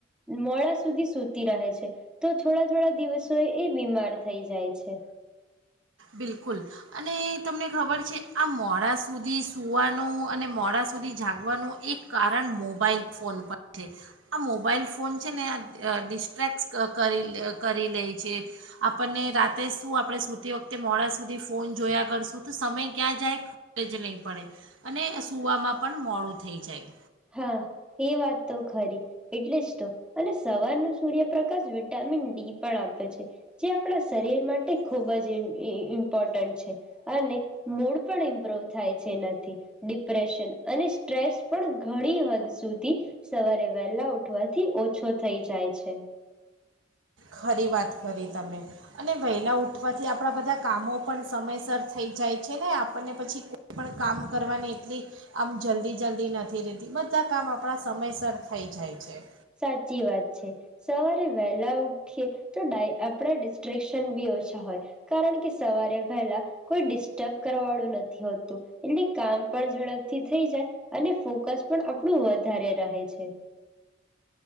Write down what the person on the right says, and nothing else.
બિલકુલ અને તમને ખબર છે, આ મોડા સુધી સૂવાનું અને મોડા સુધી જાગવાનું એક કારણ મોબાઈલ ફોન પણ છે, આ મોબાઈલ ફોન છે ને આ ડિસ્ટ્રેક કરી કરી લે છે આપણને રાતે શું આપણે સૂતી વખતે તે મોડા સુધી ફોન જોયા કરશું તો સમય ક્યાં જાય ખબ જ નહીં પડે અને સુવામાં પણ મોડું થઈ જાય
ખરી વાત કરી તમે અને વહેલા ઉઠવાથી આપણા બધા કામો પણ સમયસર થઈ જાય છે ને આપણને પછી કોઈ પણ કામ કરવાની એટલી આમ જલ્દી જલ્દી નથી રહેતી બધા કામ આપણા સમયસર થઈ જાય છે.